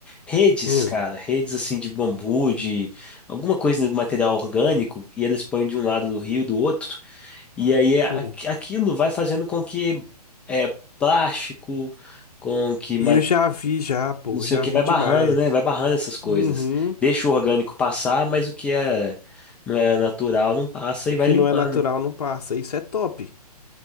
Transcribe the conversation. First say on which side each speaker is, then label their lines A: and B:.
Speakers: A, in the centre; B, on the left.
A: Redes,
B: hum,
A: cara, redes assim de bambu, de alguma coisa de material orgânico, e eles põem de um lado do rio, do outro, e aí a-
B: hum.
A: aquilo vai fazendo com que é, plástico, com que
B: Eu já vi já, pô,
A: não sei
B: já
A: o que,
B: vi
A: vai
B: demais.
A: barrando, né? Vai barrando essas coisas.
B: Uhum.
A: Deixa o orgânico passar, mas o que é não é natural não passa
B: O
A: e vai
B: que
A: limpando.
B: não é natural não passa. Isso é top.